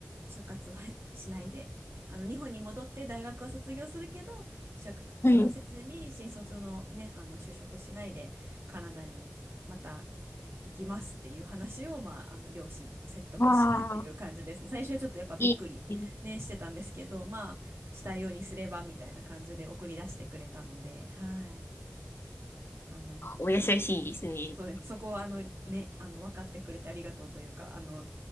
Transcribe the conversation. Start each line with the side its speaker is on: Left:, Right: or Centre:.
Right: 就活は <laughs> しないで、あの、日本に戻って大学は卒業するけど、就活はせずに、
Left: はい。
Right: 新卒のね、あの、就職しないで、カナダにまた行きますっていう話を、まあ、あの両親を説得してっていう感じですね最初はちょっとやっぱびっくり、
Left: わあ、いい。
Right: ね、してたんですけどまあしたいようにすればみたいな感じで送り出してくれたのではいあの、
Left: お優しいですね。
Right: まあそうですねそこはあの、ね、あの分かってくれてありがとうというかあの